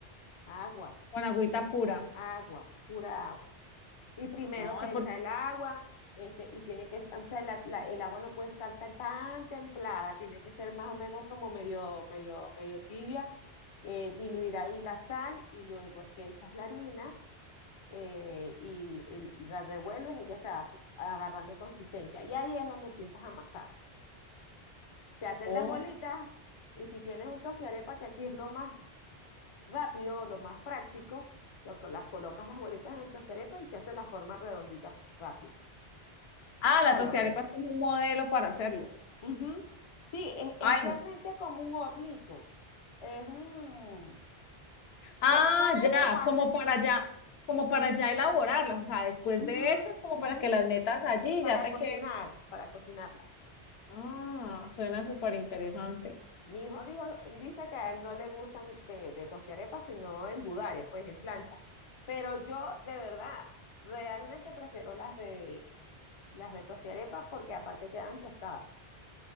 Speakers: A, on the left; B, on the left.
A: agua,
B: con agüita pura.
A: agua, pura agua. Y primero
B: No,
A: se
B: por
A: echa el agua, este, y tiene que, o sea, la- la- el agua no puede estar tan, tan templada, tiene que ser más o menos como medio, medio, medio tibia, eh, diluir ahí la sal y luego es que echas la harina eh, y, y la revuelves, ella se va pu- agarrando consistencia. Y ahí es donde empiezas a amasar. se hacen
B: oh.
A: las bolitas y si tienes un tostiarepa, que aquí es lo más rápido, lo más práctico, lo que las colocas las bolitas en el tostiarepa y se hace la forma redondita rápido.
B: Ah, la
A: Hola,
B: tostiarepa
A: pues.
B: es como un modelo para hacerlo.
A: Ujú. Sí, es, es
B: Ay,
A: realmente
B: no.
A: como un hornito. Es un...
B: Ah,
A: co- ¿Sabes
B: ya,
A: cómo hacer?
B: como para ya, como para ya elaborarlas, o sea, después
A: Ujú,
B: de hechas, como
A: ujú,
B: para que las metas allí
A: Para
B: y ya te
A: cocinar,
B: queden.
A: para cocinar.
B: Ah, suena súper interesante.
A: Mi hijo dijo, dice que a él no le gustan de, de tostiarepas, sino en budare, pues en plancha. Pero yo, de verdad, realmente prefiero las de, las de tostiarepas porque aparte quedan tostadas.